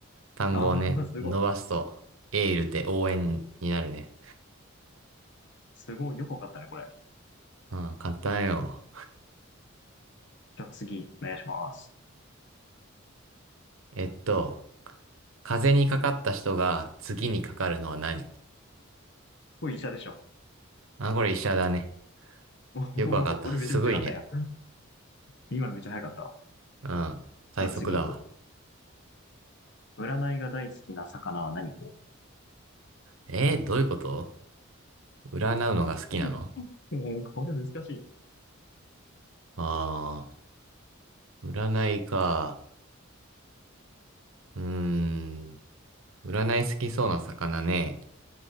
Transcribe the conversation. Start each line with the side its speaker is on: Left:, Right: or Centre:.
Right: 単語をね、
Left: ああ、<laughs> すごい。
Right: 伸ばすと、エールって応援になるね。
Left: すごい。よく分かったね、これ。
Right: うん、簡単よ。
Left: じゃあ次、お願いします。
Right: えっと、風邪にかかった人が次にかかるのは何
Left: これ医者でしょ。
Right: あ、これ医者だね。
Left: お
Right: よくわかった。
Left: お、これめちゃめちゃ簡単や。
Right: すごいね。
Left: 今のめっちゃ早かったわ。
Right: うん、最速だわ。
Left: じゃあ次。占いが大好きな魚は何 <laughs> こ
Right: えーどういうこと占うのが好きなの
Left: れ、<laughs> えーこれ難しいよ。
Right: あー、占いか。うーん、占い好きそうな魚ね。